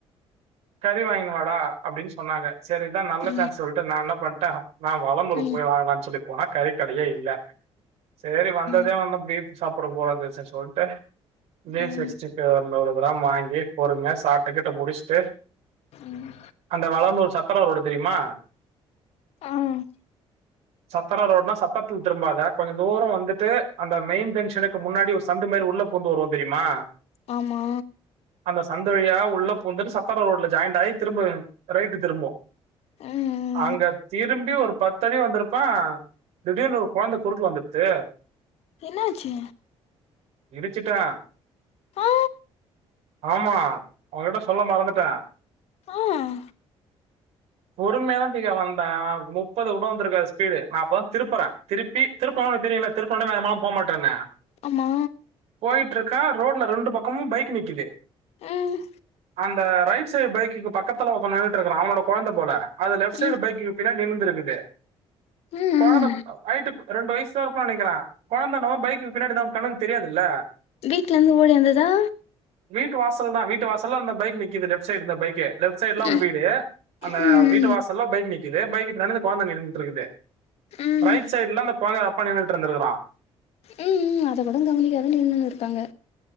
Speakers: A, on the right; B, on the left.
A: கறி வாங்கினு வாடா அப்படின்னு சொன்னாங்க சரிதான் நல்ல
B: ம்
A: சான்ஸ் சொல்லிட்டு நான் என்ன பண்ணிட்டேன் நான் வளனூர்
B: ம்
A: போய் வாங்கலான்னு சொல்லி போனா கறிக்கடையே இல்ல செரி வந்ததே
B: ம்
A: வந்தோம் பீப் சாப்பிட போலம் தச்சன் சொல்லிட்டு பீ ப்
B: ம்
A: சிக்ஸ்டி பைவ் ஒருநூறு கிராம் வாங்கி பொறுமையா சாப்பிட்டு கீட்டு முடிச்சுட்டு
B: ம்
A: அந்த வளனூர் ஒரு சத்தரம் ரோடு தெரியுமா
B: ஆஹம்
A: சத்தரம் ரோடுனா சத்தரத்தில திரும்பாத கொஞ்சம் தூரம் வந்துட்டு அந்த மெயின் ஜங்ஷனுக்கு முன்னாடி ஒரு சந்துமாரி உள்ள பூந்து வருவோம் தெரியுமா
B: ஆமா
A: அந்த சந்த வழியா உள்ள புந்து சத்தர ரோட்ல ஜாயிண்ட் ஆயி திரும்ப ரைட் திரும்புவோம்
B: ஆஹ அஹ
A: அங்க தீர் திரும்பி ஒரு பத்தடி வந்திருப்பான் திடீர்னு ஒரு கொழந்தை குறுக்க வந்துடுச்சு
B: என்னாச்சு
A: இடிச்சுட்டா
B: ஆ
A: ஆமா உங்ககிட்ட சொல்ல மறந்துட்டேன்
B: ஆஹ்
A: பொறுமையா தியா வந்தேன் முப்பது கூட வந்திருக்காது ஸ்பீடு அப்பதான் திருப்புறேன் திருப்பி திருப்புநொனா தெரியும்ல திருப்புனா வேகமாலாம் போகமாட்டேன்னு
B: ஆமா
A: போயிட்டு இருக்கேன் ரோட்ல ரெண்டு பக்கமும் பைக் நிக்குது
B: ம்
A: அந்த ரைட் சைடு பைக்கு பக்கத்துல ஒருத்தன் நின்னுட்டு இருக்குறான் அவனோட கொழந்த போல அது லெப்ட் சைடு
B: ம்
A: பைக்கு பின்னாடி நின்ன்னுட்டு இருக்குது
B: ம்
A: கொழந்த ஹைட்டுக்கு ரெண்டு வயசு தான் இருக்கும்னு நினைக்கிறேன் கொழந்த நம்ம பைக் பின்னாடி நம்ம கண்ணுக்கு தெரியாதுல்ல
B: வீட்ல இருந்து ஓடி வந்ததா
A: வீட்டு வாசல் தான் வீட்டு வாசல்ல அந்த பைக் நிக்கிது லெப்ட் சைடு இந்த பைக்கு லெஃப்ட் சைடு்லாம்
B: ம்
A: ஒரு வீடு அந்த
B: ம்
A: வீட்டு வாசல்லாம் பைக் நிக்கிது பைக் இப்படி நடந்து கொழந்த நின்னுட்டு இருக்குது
B: ம்
A: ரைட் சைட்ல அந்த கொழந்தையோட அப்பா நின்னுட்டு இருந்திருக்கறான்
B: ம் ம் அத கூட கவனிக்காக தா நின்னு இருக்காங்க